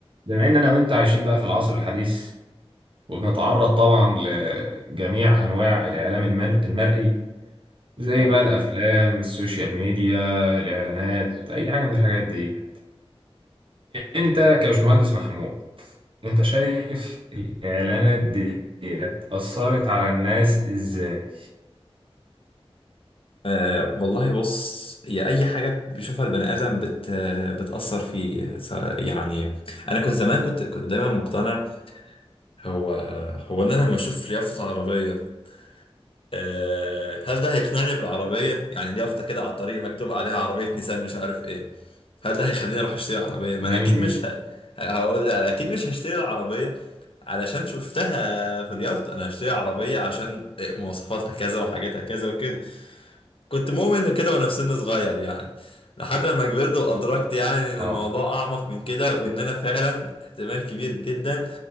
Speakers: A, on the right; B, on the left.
A: بما ان انا وانت عايشين بقى في العصر الحديث وبنتعرض طبعا لجميع انواع الاعلام المر- المرئي زي
B: طبعا
A: بقى الافلام السوشيال ميديا الاعلانات اي حاجه من الحاجات دي انت كبشمهندس محمود انت شايف الاعلانات دي اثرت على الناس ازاي
B: أه والله بص هي أي حاجة بيشوفها البني آدم بت بتأثر فيه س- يعني أنا كنت زمان كنت كنت دايما مقتنع هو هو أنا لما أشوف يافطة عربية أه هل ده هيقنعني بالعربية؟ يعني اليافطة كده على الطريق مكتوب عليها عربية نيسان مش عارف إيه هل ده هيخليني أروح أشتري عربية؟ ما
A: جميل
B: أنا أكيد مش
A: جدا
B: ه... هقول ده أنا أكيد مش هشتري العربية علشان شفتها في اليافطة أنا هشتري عربية عشان مواصفاتها كذا وحاجاتها كذا وكده كنت مؤمن كده وانا في سن صغير يعني لحد ما كبرت وادركت يعني ان
A: اه
B: الموضوع اعمق من كده وان انا فعلا احتمال كبير جدا